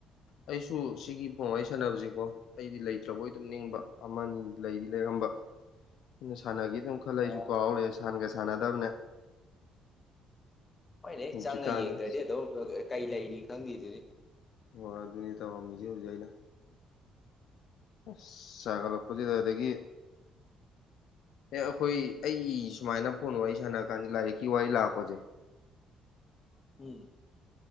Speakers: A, on the left (about 75°); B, on the left (about 35°).
A: ꯑꯩꯁꯨ ꯁꯤꯒꯤ ꯐꯣꯟ ꯋꯥꯔꯤ ꯁꯥꯟꯅꯕꯁꯦꯀꯣ ꯑꯩꯗꯤ ꯂꯩꯇ꯭ꯔꯕꯣꯏ ꯇꯨꯝꯅꯤꯡꯕ
B: ꯎꯝ
A: ꯑꯃꯅꯤꯅꯤ ꯂꯩꯗꯤ ꯂꯩꯔꯝꯕ ꯑꯩꯅ ꯁꯥꯟꯅꯗꯤ ꯑꯗꯨꯝ ꯈꯜꯂ
B: ꯑꯣ
A: ꯑꯩꯁꯨ ꯀꯥꯎꯂꯩꯔꯦ ꯁꯥꯟꯒ ꯁꯥꯟꯅꯗꯕꯅꯦ
B: ꯍꯣꯏꯅꯦ
A: ꯍꯧꯖꯤꯛꯀꯥꯟꯁꯦ
B: ꯆꯪꯉ ꯌꯦꯡꯗ꯭ꯔꯗꯤ ꯑꯗꯨꯝ ꯀꯩ ꯂꯩꯔꯤ ꯈꯪꯗꯦꯗꯨꯅꯤ
A: ꯍꯣ ꯑꯗꯨꯅꯤ ꯇꯧꯔꯝꯃꯤꯖꯦ ꯍꯧꯖꯤꯛ ꯑꯩꯅ ꯑꯁ ꯁꯥꯒꯠꯂꯛꯄꯁꯤꯗ ꯑꯗꯒꯤ ꯑꯦ ꯑꯩꯈꯣꯏ ꯑꯩ ꯁꯨꯃꯥꯏꯅ ꯐꯣꯟ ꯋꯥꯔꯤ ꯁꯥꯟꯅꯔꯀꯥꯟꯗ ꯂꯥꯏꯔꯤꯛꯀꯤ ꯋꯥꯔꯤ ꯂꯥꯛꯄꯁꯦ
B: ꯎꯝ